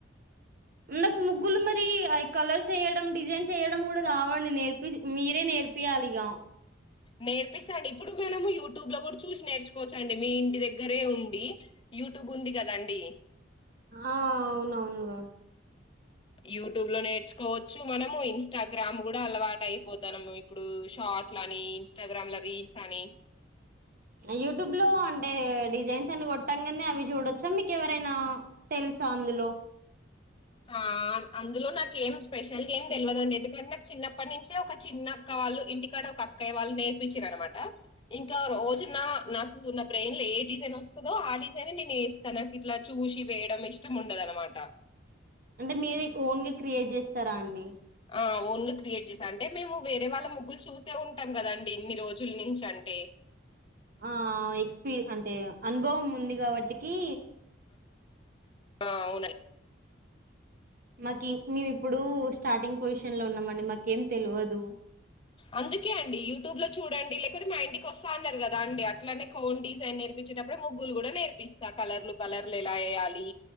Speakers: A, on the right (about 50°); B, on the left (about 25°).
A: ఉండాక్ ముగ్గు లు మర్ ఐ కలర్స్ ఏయడం డిజైన్స్ ఏ యడం కూడా రావండి నేర్పి మీరే నేర్పియాలి ఇగ
B: నేర్పిస్తాండి ఇప్పుడు మనము యూట్యూబ్ లో కూడా చూసి నేర్చుకోవచ్చా అండి మీ ఇంటి దగ్గరే ఉండి యూట్యూబ్ ఉంది కదండి
A: ఆ అవునవునుగా
B: యూట్యూబ్ లో నేర్చుకోవచ్చు మనము ఇన్స్టాగ్రామ్ కూడా అలవాటు అయిపోతాన్నాము ఇప్పుడు షార్ట్ల అని ఇంస్టాగ్రామ్ లో రీల్స్ అని
A: యూట్యూబ్ లో అంటే డిజైన్స్ అని కొట్టాంగానే అవి చూడొచ్చా మీకు ఎవరైనా తెలుసా అందులో
B: ఆ అందులో నాక్ ఏం స్పెషల్గా ఏం తెలియదుండి ఎందుకంటే నాకు చిన్నప్పటి నుంచే ఒక చిన్న అక్క వాళ్ళు ఇంటికాడ ఒక అక్కయ్య వాళ్ళు నేర్పించారునమాట ఇంకా రోజున నాకు నా బ్రెయిన్ లో ఏ డిజైన్ వస్తుందో ఆ డిజైన్ నేను వస్తా నాకు ఇట్లా చూసి వేయడం ఇష్టం ఉండదునమాట
A: అంటే మీరే ఓన్గా క్రియేట్ చేస్తారా అండి
B: ఆ ఓన్గ క్రియేట్ చేసా అంటే మేము వేరే వాళ్ళ ముగ్గులు చూసే ఉంటాం కదండి ఇన్ని రోజుల నుంచి అంటే
A: ఆ ఎక్స్పీరి అంటే అనుభవం ఉంది కాబట్టికి
B: ఆ అవునండి
A: మాకీ మేము ఇప్పుడు స్టార్టింగ్ పొజిషన్ లో ఉన్నామండి మాకేం తెల్వ దు
B: అందుకే అండి యూట్యూబ్ లో చూడండి లేకపోతే మా ఇంటికి వస్తా అన్నారు కదా అండి అట్లానే కోన్ డిజైన్ నేర్పించేటప్పుడే ముగ్గులు కూడా నేర్పిస్తా కలర్లు కలర్లు ఎలా వేయాలి